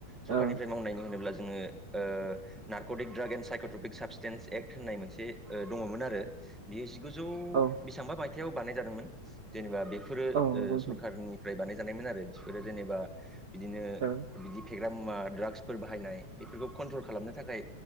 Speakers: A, in the centre; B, on the right.
A: सरखारनिफ्राय
B: औ
A: मावनाय होनोब्ला जोङो। ओ narcotic drug and psychotropic substance act होननाय मोनसे दङमोन आरो। बेयो जिगुजौ
B: औ
A: बिसांबा मायथाइयाव बानायनाय जादोंमोन जेनेबा बेफोरो
B: औ नंगौ
A: ओ
B: नोंथां
A: सरखारनि। फ्राय बानायजानायमोन आरो बिफोरो जेनेबा बिदिनो
B: औ
A: बिदि। फेग्रा मुवा ड्राग्सफोर बाहायनाय बेफोरखौ कन्ट्रल खालामनो थाखाय